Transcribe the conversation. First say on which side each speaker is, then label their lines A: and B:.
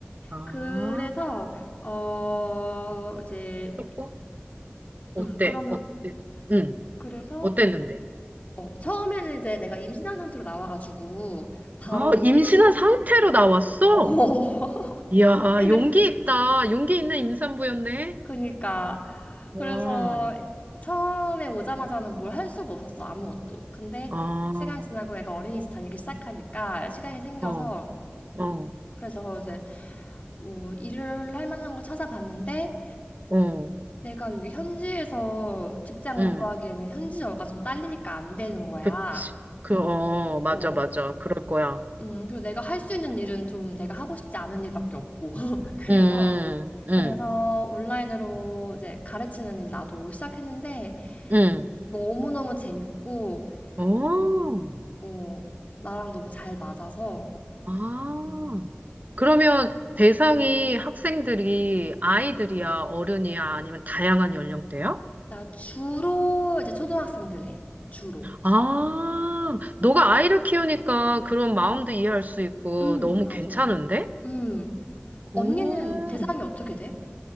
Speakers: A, on the right; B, on the left.
A: 아,
B: 그래서, 어, 이제,
A: 조금? 어때?
B: 음, 그러면,
A: 어때? 응,
B: 그래서,
A: 어땠는데?
B: 어, 처음에는 이제 내가 임신한 상태로 나와가지고, 바로
A: 아, 임신한
B: 일을,
A: 상태로 나왔어?
B: 어,
A: 이야,
B: <laughs> 그래.
A: 용기 있다. 용기 있는 임산부였네?
B: 그니까
A: 와,
B: 그래서 음, 처음에 오자마자는 뭘 할 수가 없었어 아무것도 근데
A: 아,
B: 시간 지나고 애가 어린이집 다니기 시작하니까 시간이 생겨서
A: 어. 어,
B: 그래서 이제 뭐 일을 할 만한 걸 찾아봤는데
A: 어,
B: 내가 여기 현지에서 직장을
A: 응,
B: 구하기에는 현지어가 좀 딸리니까 안 되는 거야
A: 그치. 그, 어,
B: 어,
A: 맞아,
B: 어.
A: 맞아. 그럴 거야.
B: 음, 그리고 내가 할 수 있는 일은 좀 내가 하고 싶지 않은 일밖에 없고 <laughs> 그래서
A: 응, 응,
B: 그래서 온라인으로 이제 가르치는 일 나도 시작했는데
A: 응.
B: 뭐 너무너무 재밌고,
A: 오,
B: 뭐, 어, 어, 나랑 너무 잘 맞아서,
A: 아.
B: 음,
A: 그러면 대상이 학생들이 아이들이야,
B: 음.
A: 어른이야, 아니면 다양한 연령대야?
B: 나 주로 이제 초등학생들 해. 주로.
A: 아, 너가 아이를 키우니까 그런 마음도 이해할 수 있고
B: 음,
A: 너무
B: 음. 맞아.
A: 괜찮은데?
B: 음,
A: 오,
B: 언니는 대상이 어떻게 돼?